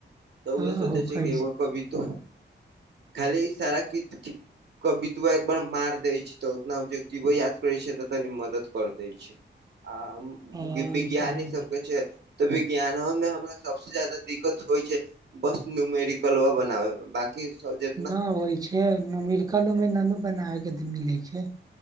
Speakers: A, on the right; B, on the right.
A: तऽ
B: हँ
A: ओह सोचै
B: होखै
A: छै एगो कबितो। खाली सारा कित- कित। कबितुआ एक बार मार देय छै, त उतनाबजटिो याद करे छै तऽ तनी मदद कर देय छै। छै, आ
B: हँ
A: बिज्ञानी
B: ऐसे होइ
A: सबके छै। तऽ विज्ञानो मे हमरा सबसे ज्यदाा दिक्कत होइ छै। बस नूमेरीिकलव बनाबैइम बाकी। कि <unintelligible>
B: न होइ छै नमरिकलमे ना। <unintelligible> बनाब के मिल छै